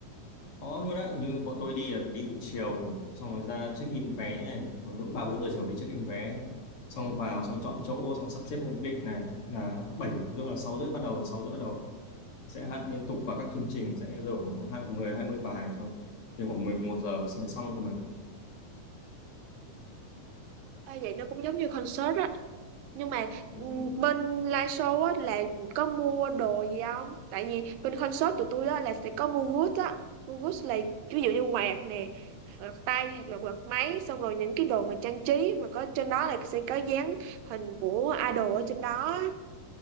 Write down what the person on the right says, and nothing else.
Ê, vậy nó cũng giống như concert á nhưng mà
ừm, bên live show á là có mua đồ gì không tại vì bên concert tụi tôi á là sẽ có mua goods á mua goods là ví dụ như quạt nè quạt tay hoặc là quạt máy xong rồi những cái đồ mà trang trí mà có trên đó là sẽ có dán hình của idol ở trên đó á.